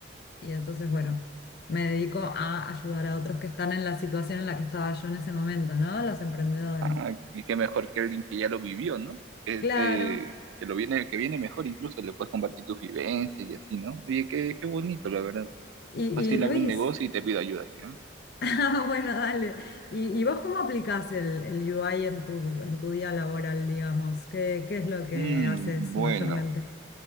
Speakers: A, on the left; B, on the right.
A: y entonces bueno, me dedico a ayudar a otros que están en la situación en la que estaba yo en ese momento, ¿no? Los emprendedores.
B: Ah, y qué mejor que alguien que ya lo vivió, ¿no? Ese,
A: Claro.
B: que lo viene, que viene mejor, incluso le puedes compartir tus vivencias y así, ¿no? Oye, qué, qué bonito, la verdad.
A: Y, y
B: Fácil
A: Luis,
B: abro un negocio y te pido ayuda, tío.
A: <laughs> ah, bueno, dale. ¿Y, y vos cómo aplicás el, el UI en tu, en tu día laboral, digamos? ¿Qué, qué es lo que
B: Mm,
A: haces
B: bueno,
A: mayormente?